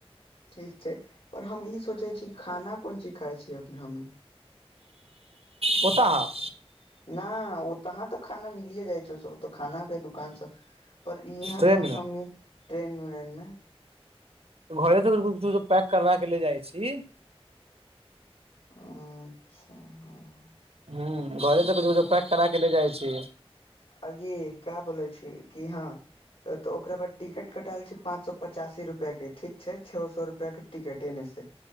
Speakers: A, on the left; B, on the right.
A: ठीक छै पर हम ई सोचै छी खाना कोन चीज खााय छियैअपने हमनु
B: पता हो
A: ना ओ तहाँ तक खाना मिलिये जाइ छै ओ सभ तऽ खाना के दुकान सब पर यहाँ
B: ट्रेन
A: जब
B: मे
A: हमी ट्रेन उ्रेन मे
B: घरे तऽर कुछो पैक करा के ले जाइ छी
A: अच्छा हाँ
B: हूँ घर तऽ कुछो कुछो पैक करा के ले जाइ छी
A: आ ये का बोले छी कि हा तो ओकरा बाद टिकट कटाल छै पाँंच सए पचासी रुपआ के ठीक छै छओ सए रुपआ के टिकटे ने छै